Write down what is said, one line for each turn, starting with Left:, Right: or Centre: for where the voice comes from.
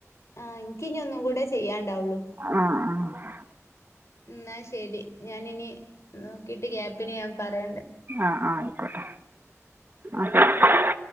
Left: ആഹ് ൻക്കിനി ഒന്നും കൂടെ ചെയ്യാൻണ്ടാവുള്ളു
Right: അ ആ ആഹ്
Left: ന്നാ ശരി ഞാനിനി നോക്കിട്ട് ഗ്യാപ്പിന് ഞാം പറയണ്ട്
Right: ആഹ് ആയിക്കോട്ടെ <inaudible>